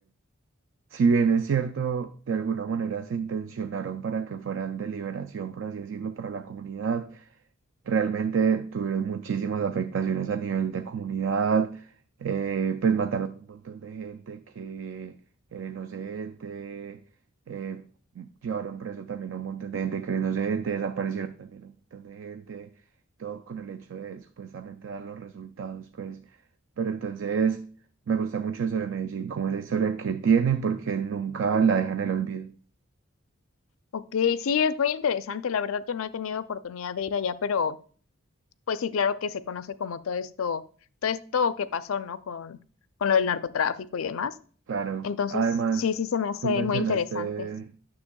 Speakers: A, on the right; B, on the left.
A: si bien es cierto, de alguna manera se intencionaron para que fueran de liberación, por así decirlo, para la comunidad, realmente tuvieron muchísimas afectaciones a nivel de comunidad, eh, pues mataron un montón de gente que era inocente, eh, llevaron preso también a un montón de gente que era inocente, desaparecieron también a un montón de gente, todo con el hecho de supuestamente dar los resultados, pues, pero entonces me gusta mucho eso de Medellín, como esa historia que tiene, porque nunca la dejan en el olvido.
B: Ok, sí, es muy interesante. La verdad, yo no he tenido oportunidad de ir allá, pero pues sí, claro que se conoce como todo esto, todo esto que pasó, ¿no? Con, con lo del narcotráfico y demás.
A: Claro,
B: Entonces,
A: además,
B: sí, sí se me hace
A: tú mencionaste
B: muy interesante.